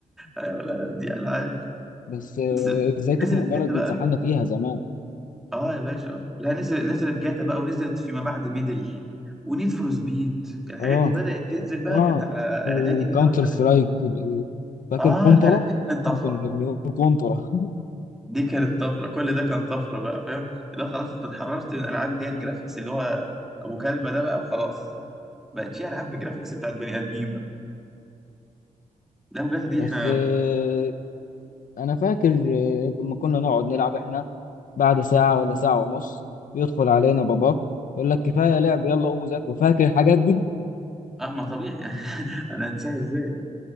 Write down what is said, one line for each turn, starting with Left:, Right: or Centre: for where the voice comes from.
Centre: ايوه لا لا دي العاب
Left: بس آه،
Centre: بس
Left: ازاي تخنق
Centre: نزلت
Left: جارك
Centre: جاتا
Left: دي
Centre: بقى
Left: اتسحلنا فيها زمان
Centre: اه يا باشا آه. لا نزل نزلت جاتا بقى ونزلت فيما بعد ميدل ونيد فور سبيد الحاجات
Left: اه
Centre: دي بدأت تنزل بقى
Left: اه
Centre: كانت على اعدادي
Left: وكاونتر
Centre: كده مثلا
Left: سترايك فاكر
Centre: اه
Left: كونترا
Centre: لا لا دي كانت طفرة
Left: كنا بنقول كونترا <laughs>
Centre: دي كانت طفرة كل ده كان طفرة بقى فاهم لا خلاص انت اتحررت من العاب اللي هي الجرافيكس اللي هو ابو كلبة ده بقى وخلاص بقت في العاب بالجرافيكس بتاعت بني ادمين بقى لا بجد دي
Left: بس
Centre: احنا
Left: آه، انا فاكر آه، لما كنا نقعد نلعب احنا بعد ساعة ولا ساعة ونص يدخل علينا باباك يقول لك كفاية لعب يلا قوموا ذاكروا فاكر الحاجات دي
Centre: اه ما طبيعي <laughs> انا هنساها ازاي